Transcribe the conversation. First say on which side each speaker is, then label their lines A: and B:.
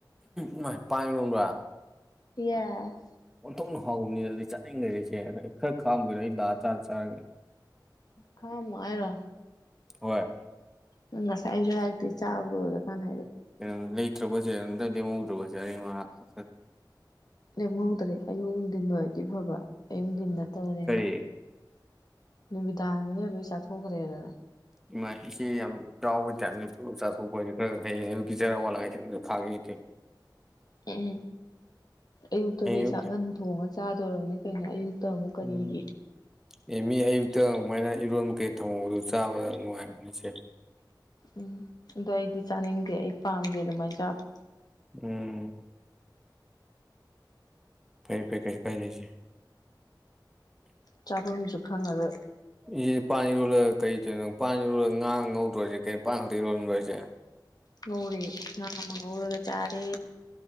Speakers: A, in the centre; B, on the left (about 55°).
A: ꯏꯃꯥꯢ ꯄꯥꯟ ꯏꯔꯣꯟꯕꯥ
B: ꯌꯦꯁ
A: ꯑꯣꯟꯊꯣꯛꯅ ꯍꯥꯎꯕꯅꯤꯅꯗꯤ ꯆꯥꯅꯤꯡꯈꯔꯦꯗ ꯏꯆꯦ ꯈꯔ ꯈꯥꯛꯑꯝꯒꯦꯔꯣ ꯑꯩ ꯂꯥꯛꯑ ꯀꯥꯟꯗ ꯆꯥꯔꯒꯦ
B: ꯈꯥꯛ ꯑꯝꯃꯣ ꯍꯥꯏꯔꯣ
A: ꯍꯣꯏ
B: ꯅꯪ ꯉꯁꯥꯏꯁꯨ ꯍꯥꯏꯔꯛꯇꯦ ꯆꯥꯕ ꯂꯣꯏꯔꯥ ꯀꯥꯟꯅ ꯍꯥꯏꯔꯛꯑꯦ
A: ꯀꯩꯅꯣꯝ ꯂꯩꯇ꯭ꯔꯥꯕꯣ ꯆꯦ ꯑꯝꯇ ꯂꯦꯝꯍꯧꯗ꯭ꯔꯕꯣ ꯆꯦ ꯑꯔꯦꯝ ꯑꯈꯥꯛ
B: ꯂꯦꯝꯍꯧꯗ꯭ꯔꯦ ꯑꯌꯨꯛ ꯅꯨꯡꯊꯤꯟ ꯑꯣꯏꯕꯗꯤ ꯐꯕ ꯑꯌꯨꯛ ꯅꯨꯡꯊꯤꯟ ꯅꯠꯇꯕꯅꯤꯅ
A: ꯀꯔꯤ
B: ꯅꯨꯃꯤꯗꯥꯡꯅꯤꯅ ꯂꯣꯏ ꯆꯥꯊꯣꯛꯈ꯭ꯔꯦꯗꯥꯅ
A: ꯏꯃꯥꯢ ꯏꯆꯦ ꯌꯥꯝ ꯆꯥꯎꯕ ꯑꯣꯏꯇꯥꯔꯅꯦ ꯆꯥꯊꯣꯛ ꯈꯔ ꯍꯌꯦꯡ <unintelligible>
B: <inaudible> ꯎꯝ ꯑꯌꯨꯛꯇꯗꯤ
A: ꯍꯌꯦꯡ ꯑꯌꯨꯛ
B: ꯆꯥꯛꯍꯟ ꯊꯣꯡꯉꯥ ꯆꯥꯗꯣꯔꯥꯃꯤ ꯀꯩꯅꯣ ꯑꯌꯨꯛꯇ ꯑꯃꯨꯛ ꯀꯔꯤꯒꯤ
A: ꯎꯝ ꯑꯦ ꯃꯤ ꯑꯌꯨꯛꯇ ꯑꯗꯨꯃꯥꯏꯅ ꯏꯔꯣꯟꯕꯀꯩ ꯊꯑꯣꯡꯗꯨ ꯆꯥꯕꯗ ꯅꯨꯡꯉꯥꯏꯕꯅꯤ ꯆꯦ
B: ꯎꯝ ꯑꯗꯣ ꯑꯩꯗꯤ ꯆꯥꯅꯤꯡꯗꯦ ꯑꯩ ꯄꯥꯝꯗꯦ ꯑꯗꯨꯃꯥꯏꯅ ꯆꯥꯕ
A: ꯎꯝ ꯐꯩ ꯐꯩ ꯀꯩꯁꯨꯀꯥꯢꯗꯦ ꯏꯆꯦ
B: ꯆꯥꯐꯝꯁꯨ ꯈꯪꯉꯔꯣꯏ
A: ꯑꯦ ꯄꯥꯟ ꯏꯔꯣꯟꯂꯒ ꯀꯩꯗꯣꯏꯅꯣ ꯄꯥꯟ ꯏꯔꯣꯟꯂꯒ ꯉꯥ ꯉꯧꯗꯣꯁꯦ ꯀꯩꯅꯣ ꯄꯥꯟ ꯈꯛꯇ ꯏꯔꯣꯟꯕꯔꯣ ꯍꯥꯢꯁꯦ
B: ꯉꯧꯔꯦ ꯉꯥ ꯑꯃ ꯉꯧꯔꯒ ꯆꯥꯔꯦ